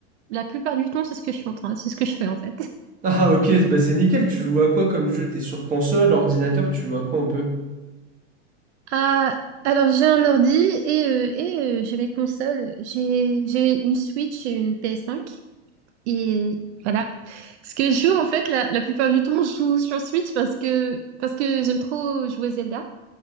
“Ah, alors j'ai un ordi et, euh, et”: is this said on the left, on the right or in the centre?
Right